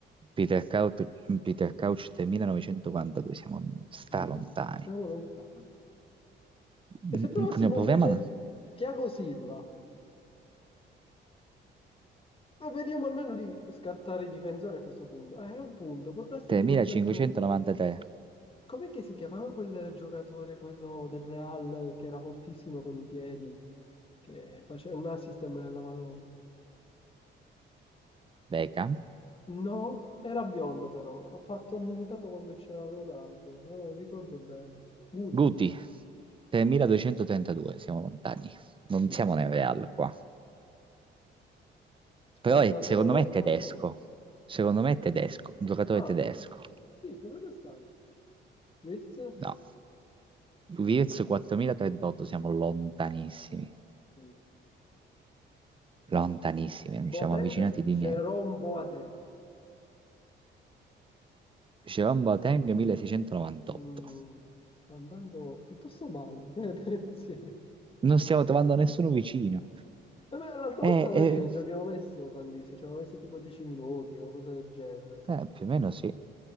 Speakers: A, on the right; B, on the left.
A: Peter Couch, Peter Couch 3942, siamo, sta
B: Mm,
A: lontani.
B: siamo lontani.
A: Mm,
B: E se provassimo
A: mm, Proviamo
B: invece
A: a
B: Thiago Silva? Ma vediamo almeno di scartare i difensori a questo punto. Eh, è un punto, può darsi
A: 3593.
B: che non sia un difensore. Com'è che si chiamava quel giocatore, quello del Real, che era fortissimo con i piedi, che faceva un assist della Madonna?
A: Beckham.
B: No, era biondo però, ha fatto, ha militato quando c'era Ronaldo, ora non ricordo bene. Guti,
A: Guti, 3232,
B: niente.
A: siamo lontani. Non
B: Mm.
A: siamo nel Real qua.
B: Sponda
A: Però è- secondo
B: però
A: me è tedesco.
B: spagnola.
A: Secondo me è tedesco, un giocatore
B: Ah,
A: tedesco.
B: sì, potrebbe stare. Wirtz?
A: No. Wirtz 4038, siamo lontanissimi.
B: Mm.
A: lontanissimi, non ci
B: Boateng?
A: siamo avvicinati di niente.
B: Jerome Boateng.
A: Dicevamo Boateng 1698.
B: Mm, sta andando piuttosto male, <laughs> che ne pensi? Eh
A: Non stiamo trovando nessuno vicino.
B: beh, L'altra
A: Eh,
B: volta vedi
A: eh,
B: che non ci abbiamo messo tantissimo, ci abbiamo messo tipo 10 minuti o cosa del genere.
A: eh, più o meno sì.